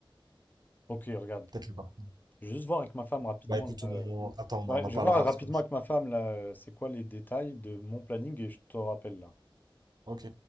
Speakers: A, on the left (about 20°); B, on the right (about 50°).
A: Ok, regarde.
B: Peut-être le pas.
A: Je vais juste voir avec ma femme rapidement
B: Bah écoute,
A: là. euh,
B: on... attends,
A: Ouais,
B: on en
A: je
B: parlera
A: vais voir rapidement
B: parce que...
A: avec ma femme là, euh, c'est quoi les détails de mon planning et je te rappelle là.
B: Ok,